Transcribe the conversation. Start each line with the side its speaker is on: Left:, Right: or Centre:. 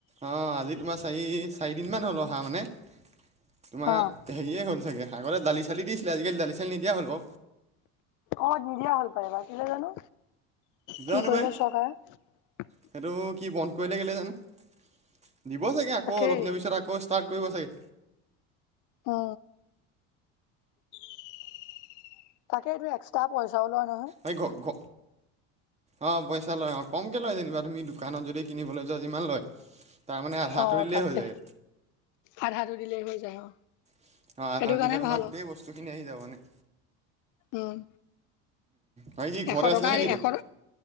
Right: অ' আজি তোমাৰ চাৰি চাৰিদিনমান হ'ল অহা মানে তোমাৰ
Left: অ।
Right: হেৰিয়ে হ'ল চাগে আগতে দালি চালি দিছিলে আজিকালি দালি চালি নিদিয়া হ'ল-
Left: অ নিদিয়া হ'ল টো কেলে জানো
Right: জানো
Left: কি কৰিলে
Right: পাই
Left: চৰকাৰে
Right: সেইটো কি বন্ধ কৰিলে কেলে জানো দিব চাগে আকৌ
Left: তাকেই।
Right: অলপ দিনৰ পিছত আকৌ ষ্টাৰ্ট- কৰিব চাগে
Left: অ তাকে এইটো এক্সট্ৰা পইচাও লোৱা নহয়।
Right: এই ঘ ঘ অ পইচা লয় অ কমকে লয় যেনিবা তুমি দোকানত যদি কিনিবলৈ যোৱা যিমান লয়। তাৰ মানে আধাটো
Left: অ
Right: দিলেই
Left: তাতে
Right: হৈ যায়
Left: আধাটো দিলেই হৈ যায় অ
Right: অ
Left: সেইটো
Right: আধাৰ
Left: কাৰণে
Right: দিলে তোমাৰ
Left: ভাল
Right: গোটেই
Left: অ
Right: বস্তু খিনি আহি যাব মানে
Left: উম
Right: হয় কি ঘৰতে
Left: এশ
Right: আছিলা
Left: টকা
Right: নেকি এতিয়া
Left: এশ কা